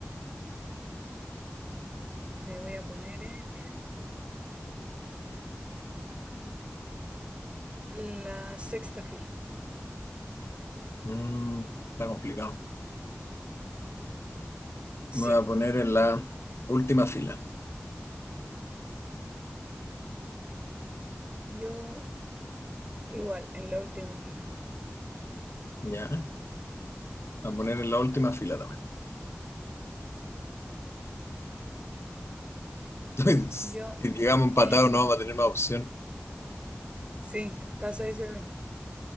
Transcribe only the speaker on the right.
me voy a poner en la sexta fila.
Sí,
yo igual, en la última fila.
Yo
en,
sí, pasa eso igual.